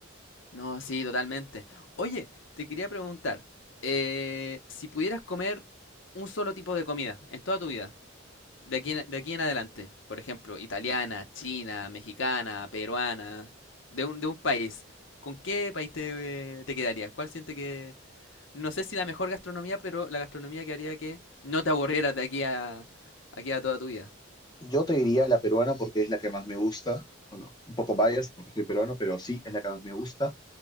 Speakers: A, on the left (about 65°); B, on the left (about 20°).
A: no, sí, totalmente. Oye, te quería preguntar, eh, si pudieras comer un solo tipo de comida en toda tu vida, de aquí en, de aquí en adelante, por ejemplo, italiana, china, mexicana, peruana, de un, de un país, ¿con qué país te, eh, te quedarías? ¿Cuál sientes no sé si la mejor gastronomía, pero la gastronomía que haría que no te aburrieras de aquí a, aquí a toda tu vida.
B: Yo te diría la peruana porque es la que más me gusta. Bueno, un poco biased porque soy peruano, pero sí, es la que más me gusta.